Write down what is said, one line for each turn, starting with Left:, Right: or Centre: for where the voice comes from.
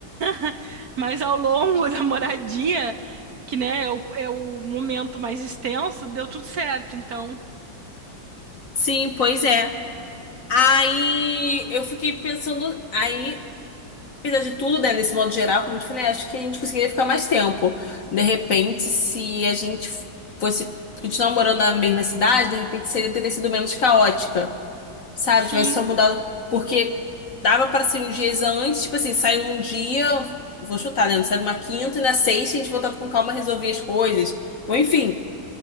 Right: <laughs> Mas ao longo <laughs> da moradia, que né, é o, é o momento mais extenso, deu tudo certo. Então,
Left: sim, pois é. Aí eu fiquei pensando, aí, apesar de tudo, né, nesse modo geral, como eu te falei, acho que a gente conseguiria ficar mais tempo. De repente, se a gente fosse continuar morando na mesma cidade, de repente seria teria sido menos caótica, sabe?
Right: sim,
Left: Tivesse só mudado, porque dava pra ser uns dias antes, tipo assim, sai num dia, vou chutar, né? Sai numa quinta e na sexta a gente voltava com calma, resolvia as coisas. Ou enfim,